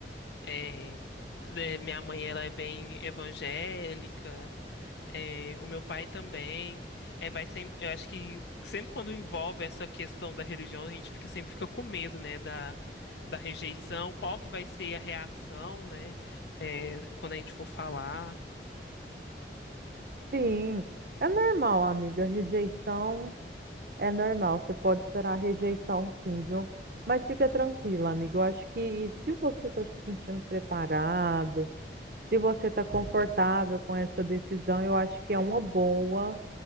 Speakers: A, on the left; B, on the right.
A: É, né, minha mãe ela é bem evangélica, é, o meu pai também. É, vai sempre, eu acho que sempre quando envolve essa questão da religião, a gente fica, sempre fica com medo, né, da, da rejeição, qual que vai ser a reação, né, é, quando a gente for falar.
B: Sim, é normal, amiga, rejeição É normal, você pode esperar a rejeição, sim, viu? Mas fica tranquila, amigo. Eu acho que se você está se sentindo preparado, se você está confortável com essa decisão, eu acho que é uma boa